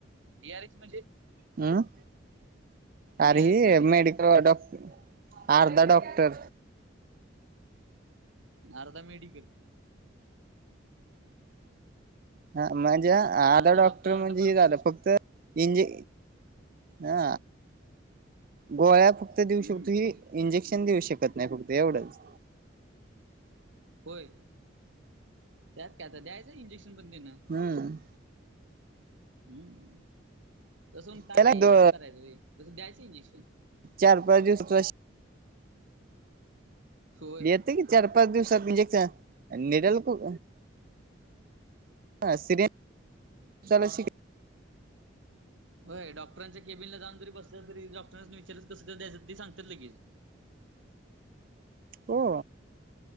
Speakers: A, on the right (about 85°); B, on the right (about 50°).
A: डी आर एक्स म्हणजे
B: हम् अर
A: डी आर
B: ह
A: एक्स म्हणजे
B: मेडिकल डॉक् अर्धा डॉक्टर
A: अर्ता मेडिकल
B: ह म्हणजे आधा
A: अर्धा
B: डॉक्टर म्हणजे
A: अर्धा फार्मासिस्ट
B: हे झालं फक्त इंजे हा गोळ्या फक्त देऊ
A: हम्म
B: शकतो ही इंजेक्शन देऊ शकत नाही फक्त एवढंच
A: होय त्यात काय आता द्यायचं इंजेक्शन पण देण
B: हम्म
A: हम् तसं काय
B: त्याला दो
A: हे करायचं तसं द्यायचं इंजेक्शन
B: चार पाच दिवस
A: होय
B: येते कि चार पाच दिवसात इंजेक्शन निडल खू िडेंट श
A: होय डॉक्टरांच्या केबिन ला जाऊ जरी बसल तरी डॉक्टां विचारच कसं कस दयचं ते सांगात लेच
B: हो